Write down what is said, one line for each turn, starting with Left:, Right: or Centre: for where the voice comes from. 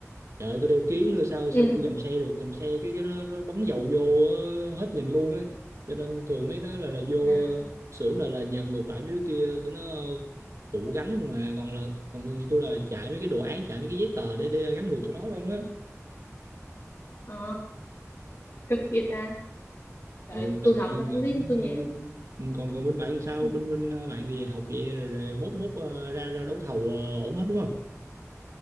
Right: Trời ơi, tôi đeo kiếng nữa sao sao
Left: ừ
Right: chưa gầm xe được gầm xe cái cái nó, nó bắn dầu vô ờ, hết nhìn luôn á cho nên thường mấy đó là là vô
Left: à
Right: ờ, xưởng là là nhờ ngược lại mấy đứa kia tụi nó phụ gánh không mà còn là còn tôi là chạy mấy cái đồ án chạy mấy cái giấy tờ để, để gánh ngược tụi nó không á
Left: ờ cực vậy ta trời
Right: ừ, cực
Left: tôi học
Right: vậy
Left: ra
Right: mà
Left: tôi thấy
Right: cũng
Left: tôi
Right: vui
Left: nhàn lắm.
Right: Ừ, còn còn bên bạn làm sao
Left: Ừ.
Right: bên bên ờ, bạn đi học vậy rồi, rồi mốt mốt ờ, ra ra đấu thầu ờ, ổn hết đúng không